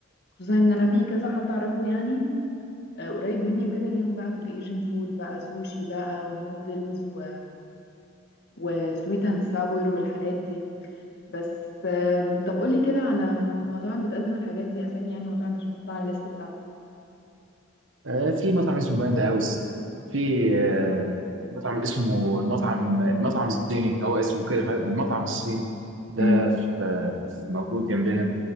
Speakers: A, on the left (about 55°); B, on the right (about 70°).
A: خصوصا ان انا في كذا حد اعرفه يعني آه، قريب مني وكده ليهم بقى في الايجن فود بقى سوشي بقى ونودلز و وسويت اند ساور والحاجات دي بس آم، طب قولي كده على مطاعم بتقدم الحاجات دي اسامي يعني مطاعم عشان احطها على الليست بتاعتي
B: آه في مطعم اسمه باندا هاوس في آه مطعم اسمه المطعم مطعم الصيني هو اسمه كده المطعم الصيني ده
A: مم.
B: في آه، في- موجود جنبنا